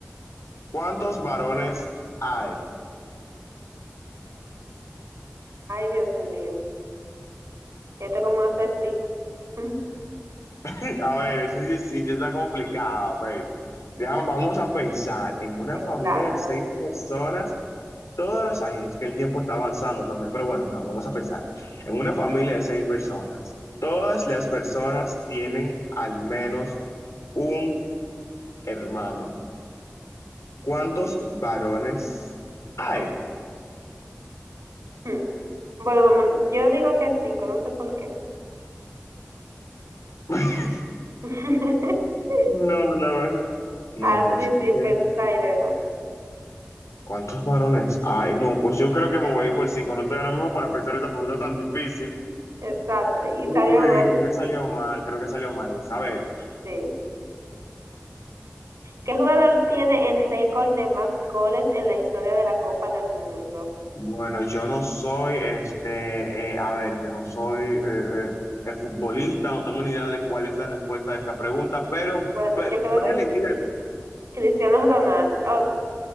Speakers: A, on the left; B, on the right.
A: ¿Cuántos varones hay?
B: Ay, Dios mío. Esto es como un acertijo. Mm,
A: <laughs> A ver, eso sí, sí- sí está complicado. A ver, Ya, vamos a pensar en una
B: Exacto.
A: familia de seis personas, todas las... Ay, es que el tiempo está avanzando también, pero bueno, no, vamos a pensar. En una familia de seis personas, todas las personas tienen al menos un hermano. ¿Cuántos varones hay?
B: Mm. Bueno, vamos, yo digo que cinco, no sé por qué.
A: <laughs>
B: <laughs>
A: No, la verdad. No,
B: Así
A: pues es
B: sin
A: que,
B: pensar y demás.
A: ¿cuántos varones? Ay, no, pues yo creo que me voy a ir por cinco. No estoy ahora mismo para pensar esa pregunta tan difícil.
B: Exacto. Y
A: Uy,
B: salió mal.
A: creo que salió mal, creo que salió mal esa. A ver,
B: Sí. ¿Qué jugador tiene el récord de más goles en la historia de la Copa del Mundo?
A: bueno, yo no soy, este, eh, a ver, yo no soy eh, eh, eh, futbolista, no tengo ni idea de cuál es la respuesta de esta pregunta, pero
B: Bueno,
A: ve-
B: yo creo
A: voy
B: que
A: a elegir,
B: Cri-
A: el-
B: Cristiano Ronaldo.